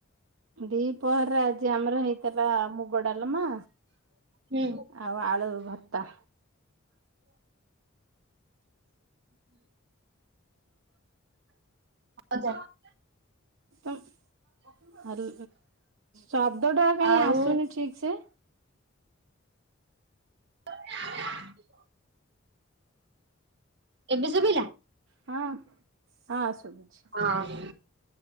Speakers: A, on the right (about 70°); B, on the right (about 55°).
A: ଦି ପହର ଆଜି ଆମର ହେଇଥିଲା ମୁ ଗ ଡାଲମା
B: ହୁଁ
A: ଆଉ ଆଳୁ ଭର୍ତ୍ତା।
B: ହଜ <unintelligible>
A: ଉଁ ହାଲ ଶବ୍ଦ ଟା କାଇଁ
B: ଆଉ
A: ଆସୁନି ଠିକ ସେ।
B: <unintelligible> ଏବେ ଶୁବିଲା।
A: ହଁ ହଁ ଶୁଭୁଛି।
B: ହଁ।